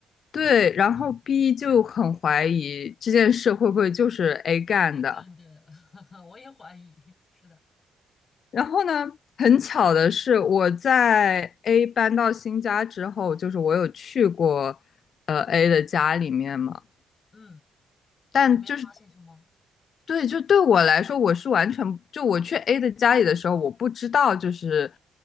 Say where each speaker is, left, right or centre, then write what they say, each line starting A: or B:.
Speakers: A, on the left; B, on the left.
A: 对，然后 B 就很怀疑这件事会不会就是 A 干的，
B: A 干的，<laughs> 我也怀疑。是的，
A: 然后呢，很巧的是，我在 A 搬到新家之后，就是我有去过呃 A 的家里面嘛，
B: 嗯。
A: 但就是
B: 有没有发现什么
A: 对，就对我来说，我是完全就我去 A 的家里的时候，我不知道就是